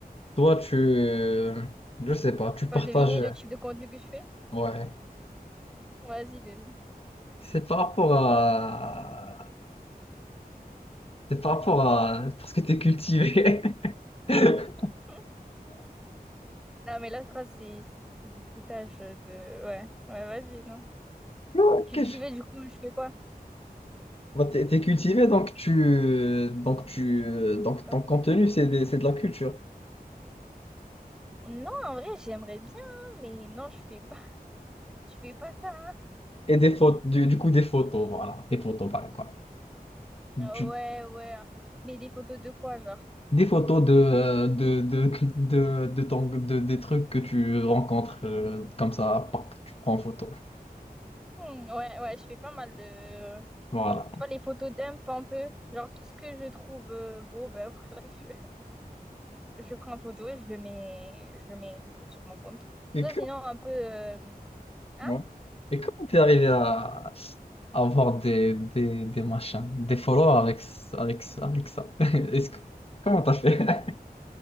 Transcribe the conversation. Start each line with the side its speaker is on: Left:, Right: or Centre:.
Left: Toi, tu... euh, je sais pas, tu
Centre: vas
Left: partages...
Centre: deviner le type de contenu que je fais?
Left: Ouais.
Centre: Vas-y, devine.
Left: C'est par rapport à. C'est par rapport à. Parce que t'es cultivé. <laughs>
Centre: <laughs> Non, mais la phrase, c'est c'est du foutage de... Ouais, ouais, vas-y, non.
Left: Non,
Centre: Cultiver,
Left: qu'est-ce-
Centre: du coup, je fais quoi?
Left: Bah, t'es, t'es cultivé, donc tu. Donc tu. Donc
Centre: Quoi
Left: ton contenu, c'est des- c'est de la culture.
Centre: Non, en vrai, j'aimerais bien, hein, mais non, je fais pas, <laughs> je fais pas ça. hein.
Left: Et des photos du, du coup, des photos, voilà. Des photos, pareil, quoi. Du-
Centre: Euh, Ouais, ouais. euh, Mais des photos de quoi, genre?
Left: Des photos de, euh, de, de, de, de ton, de, des trucs que tu rencontres euh, comme ça, pop, tu prends en photo.
Centre: Hmm, ouais, ouais, je fais pas mal de...
Left: Voilà.
Centre: Tu vois, les photos dump un peu. Genre, tout ce que je trouve euh, beau, ben <laughs> voilà, je, je prends en photo et je le mets, je le mets du coup, sur mon compte. Soit
Left: D'accord.
Centre: sinon, un peu... euh, Hein?
Left: Ouais. Et comment t'es arrivé à, à avoir des, des, des machins, des followers avec, ce- avec, ce- avec ça? <laughs> Est-ce que, comment t'as fait?